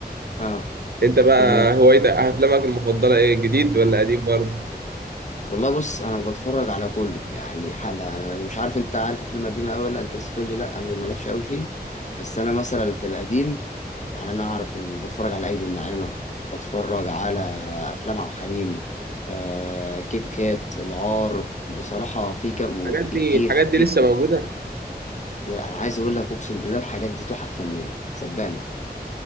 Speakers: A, on the left; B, on the right.
A: اه
B: انت بقى
A: فيلم ايه
B: هوايتك افلامك المفضله ايه جديد ولا قديم برضه
A: والله بص انا بتفرج على كله يعني حلقة انا مش عارف انت عارف الفيلم القديم قوي ولا انت لسه تقول لي لا م- مالكش قوي فيه بس انا مثلا في القديم يعني انا اعرف ال... بتفرج على ايدي الناعمة بتفرج على افلام عبد الحليم آه كيت كات العار بصراحة في كم وفي
B: الحاجات دي
A: الكيف
B: الحاجات دي
A: في
B: لسه موجوده
A: يعني أنا عايز أقول لك أقسم بالله الحاجات دي تحف فنية صدقني